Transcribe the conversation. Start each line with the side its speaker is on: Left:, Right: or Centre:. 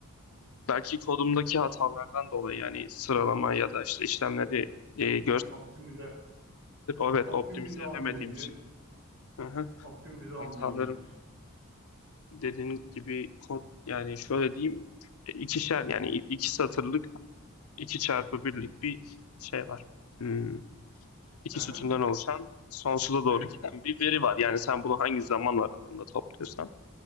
Left: belki kodumdaki hatalardan dolayı yani sıralama ya da işte işlemleri e,
Right: Optimize,
Left: Evet,
Right: optimize
Left: optimize
Right: olmayabilir.
Left: edemediğim için. Hı hı.
Right: Optimize olmayabilir.
Left: Hatalarım dediğin gibi kod yani şöyle diyeyim e, ikişer yani i- iki satırlık iki çarpı birlik bir şey var. Hmm, iki
Right: Hı hı,
Left: sütundan oluşan sonsuza doğru
Right: evet.
Left: giden bir veri var. Yani sen bunu hangi zaman aralığında topluyorsan